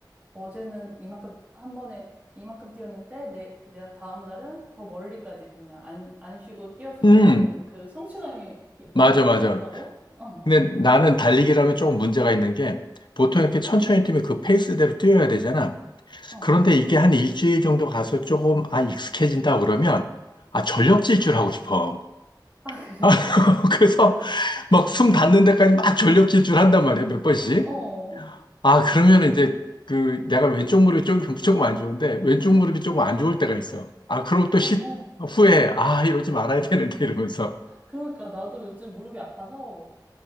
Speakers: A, on the right (about 20°); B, on the left (about 70°).
A: 어제는 이만큼 한 번에 이만큼 뛰었는데 내, 내 다음 날은 더 멀리까지 그냥 안, 안 쉬고 뛰었어.
B: 음.
A: 그러면은 그 성취감이 있더라고.
B: 맞아, 맞아.
A: 뿌듯하고. <laughs>
B: 근데 나는 달리기라면 조금 문제가 있는 게 보통
A: 어,
B: 이렇게
A: 어,
B: 천천히 뛰면 그 페이스대로 뛰어야 되잖아.
A: 어,
B: 그런데 이게 한 일주일 정도 가서 조금 아 익숙해진다 그러면 아 전력
A: 어.
B: 질주 하고 싶어.
A: 아, 그래?
B: 아, <laughs> 그래서 막 숨 닿는 데까지 막 전력 질주를 한단 말이야, 몇 번씩.
A: 어, 어,
B: 아, 그러면 이제 그 내가 왼쪽 무릎이 조금, 조금 안 좋은데 왼쪽 무릎이 조금
A: 어,
B: 안 좋을 때가 있어. 아, 그럼 또
A: 어.
B: 시, 후에 아, 이러지 말아야 되는데 이러면서.
A: 그러니까 나도 요즘 무릎이 아파서